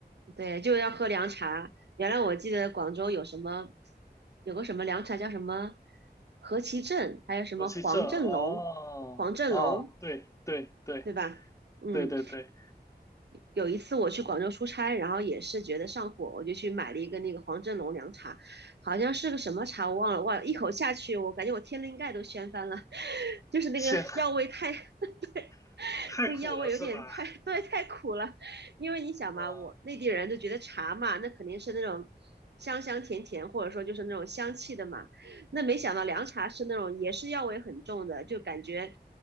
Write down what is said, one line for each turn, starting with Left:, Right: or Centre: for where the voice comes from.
Right: 对，就要喝凉茶。原来我记得广州有什么，有个什么凉茶叫什么何其正，还有什么黄振龙，
Left: 而气症，哦，
Right: 黄振龙，
Left: 啊，对对对
Right: 对吧？嗯，
Left: 对对对，
Right: 有一次我去广州出差，然后也是觉得上火，我就去买了一个那个黄振龙凉茶，好像是个什么茶我忘了，哇，一口下去，我感觉我天灵盖都掀翻了，<laughs> 就是那个药味太
Left: 咸 <laughs>
Right: <laughs>
Left: 太苦了是吧？
Right: 那个药味有点太，对，太苦了。因为你想嘛，
Left: 嗯
Right: 我内地人都觉得茶嘛，那肯定是那种香香甜甜，或者说就是那种香气的嘛。那没想到凉茶是那种也是药味很重的，就感觉